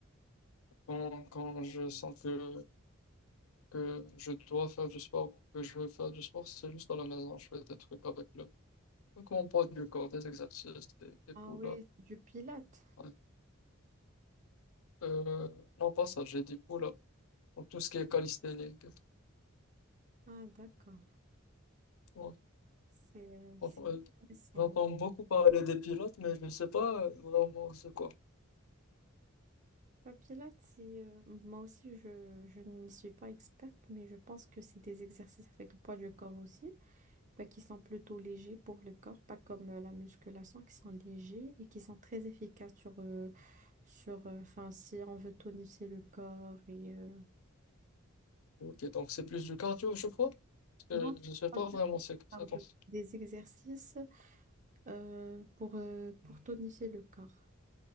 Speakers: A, on the left (about 85°); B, on the right (about 35°).
A: quand, quand je sens que, que je dois faire du sport, ou que je veux faire du sport, c'est juste à la maison. Je fais des trucs avec le, avec mon poids du corps, des exercices, des, des
B: Ah
A: pull-ups.
B: oui, du pilates.
A: ouais. Euh, non, pas ça, j'ai dit pull-ups. Donc, tout ce qui est calisthénique.
B: Ah d'accord,
A: Ouais,
B: c'est euh,
A: franchement,
B: c'est
A: euh,
B: intéressant.
A: j'entends beaucoup parler des pilotes, mais je ne sais pas euh, vraiment c'est quoi.
B: Bah, pilates, c'est, euh, moi aussi, je, je n'y suis pas experte, mais je pense que c'est des exercices avec le poids du corps aussi. bah, qui sont plutôt légers pour le corps, pas comme euh, la musculation, qui sont légers et qui sont très efficaces sur, euh, sur euh, enfin, si on veut tonifier le corps et euh,
A: Ok, donc c'est plus du cardio, je crois, parce
B: non,
A: que
B: c'est
A: je ne sais pas
B: pas du
A: vraiment c'est
B: cardio.
A: ça. consiste.
B: Des exercices euh, pour, euh, pour tonifier le corps.